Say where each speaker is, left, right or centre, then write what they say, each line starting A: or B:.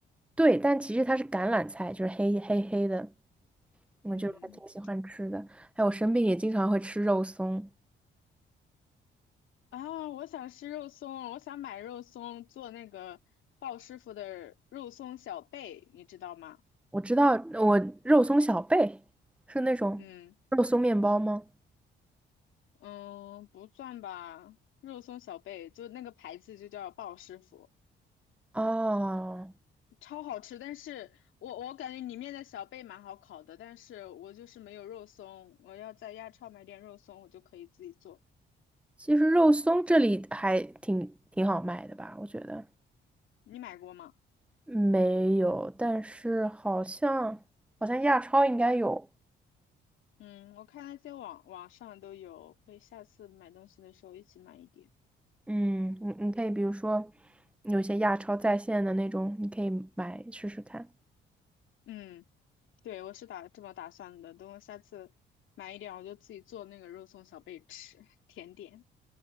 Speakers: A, in the centre; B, on the left.
A: 对，但其实它是橄榄菜，就是黑黑黑的。我就是还挺喜欢吃的。
B: 嗯
A: 还有我生病也经常会吃肉松。
B: 啊，我想吃肉松我想买肉松做那个鲍师傅的肉松小贝，你知道吗？
A: 我知道，我肉松小贝是那种肉松面包吗？
B: 嗯嗯，不算吧，肉松小贝就那个牌子就叫鲍师傅。
A: 哦，
B: 超好吃，但是我我感觉里面的小贝蛮好烤的，但是我就是没有肉松，我要在亚超买点肉松，我就可以自己做。
A: 其实肉松这里还挺挺好卖的吧，我觉得
B: 你买过吗？
A: 没有，但是好像好像亚超应该有。
B: 嗯，我看那些网网上都有，可以下次买东西的时候一起买一点。
A: 嗯，你你可以比如说有一些亚超在线的那种，你可以买试试看。
B: 嗯，对，我是打这么打算的，等我下次买一点，我就自己做那个肉松小贝吃，甜点。